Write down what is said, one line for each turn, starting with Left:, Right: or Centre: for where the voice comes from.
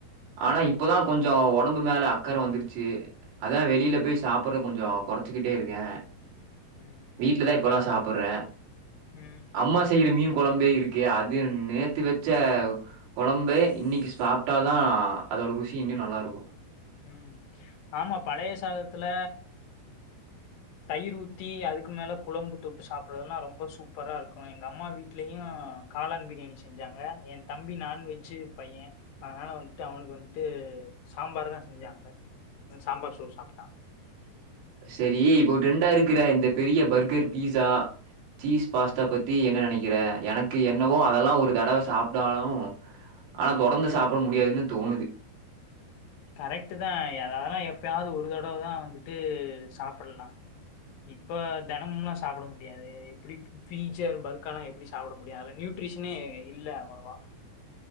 Right: ஆனா இப்பதா கொஞ்சோ உடம்பு மேலெ அக்கற வந்துருச்சு அதா வெளீல போய் சாப்புற கொஞ்சோ குறச்சிகிட்டே இருக்கே
Left: ம்
Right: வீட்லதா இப்பலா சாப் புர்றே
Left: ம்
Right: அம்மா செய்ற மீன் கொழம்பே இருக்கே அத் து நேத்து வச்ச கொழம்பே
Left: ம்,
Right: இன்னிக்கி சாப்ட்டா அதா அதோட ருசி இன்னியு நல்லாருக்கு
Left: ம். ஆமா பழய சாதத்துல தயிரூத்தி அதுக்கு மேல குழம்பு தொட்டு சாப்பிட்றதெல்லா ரொம்பொ சூப்பராருக்கு எங்க அம்மா வீட்லேயு காளான் பிரியாணி செஞ்சாங்க என் தம்பி நான்வெஜ்ஜு பைய்யெ அதனால வந்துட்டு அவனுக் வந்துட்டு சாம்பாருதா செஞ்சாங்க சாம்பார் சோர் சாப்ட்டா
Right: செரி இப்போ ட்ரெண்டாருக் கிற இந்த பெரிய பர்கர் பீஸா சீஸ் பாஸ்தா பத்தி என்ன நெனகிறே எனக்கு என்னவோ அதலா ஒரு தடவ சாப்டாலு அனா தொடர்ந்து சாப்புட முடியாதுன்னு தோணுது
Left: கரேக்ட்டு தா எதலனா எப்பியாது ஒரு தடவ தா வந்துட்டூ சாப்புல்லா இப்போ தினமும்ல்லா சாப்புட முடியாது எப்புடி பு பீச்சர் பர்க்காலா எப்டி சாப்பட முடியு அத்ல நியூட்ரிஷ்னே இல்லே அவ்வளவா